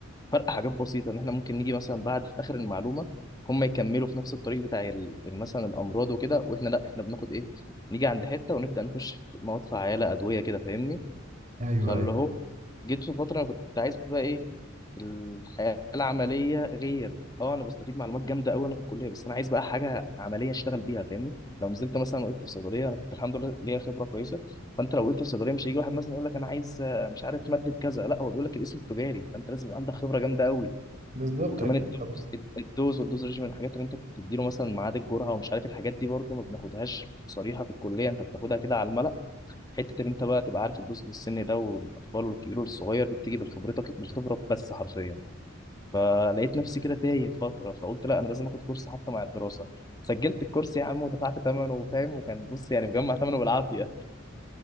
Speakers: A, on the left; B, on the right.
A: فرق حاجات بسيطه ان احنا ممكن نيجي مثلا بعد في اخر المعلومه هم يكملوا في نفس الطريق بتاع ال- ال- مثلا الامراض وكده واحنا لا احنا بناخد ايه نيجي عند حته ونبدا نخش في مواد فعاله ادويه كده فاهمني
B: ايوه
A: فاللي
B: ايوه
A: هو جيت في فترة كنت عايز بقى ايه الحياة العملية غير اه انا بستفيد معلومات جامدة قوي انا في الكلية بس انا عايز بقى حاجة عملية اشتغل بيها فاهمني لو نزلت مثلا وقفت في صيدلية انا كنت الحمد لله ليا خبرة كويسة فانت لو وقفت في صيدلية مش هيجي واحد مثلا يقول لك انا عايز آه، مش عارف مادة كذا لا هو بيقول لك الاسم التجاري فانت لازم يبقى عندك خبرة جامدة قوي
B: بالظبط
A: وكمان
B: اكيد
A: الدوز
B: طبعا
A: الدوز والدوز ريجيم الحاجات اللي انت بتديله مثلا ميعاد الجرعة ومش عارف الحاجات دي برضه ما بناخدهاش صريحة في الكلية انت بتاخدها كده على الملأ حته ان انت بقى تبقى عارف تدوس للسن ده والاطفال والكبير والصغير دي بتيجي بالخبرتك بالخبره بس حرفيا فلقيت نفسي كده تايه فتره فقلت لا انا لازم اخد كورس حتى مع الدراسه سجلت الكورس يا عم ودفعت ثمنه فاهم وكان بص يعني مجمع ثمنه بالعافيه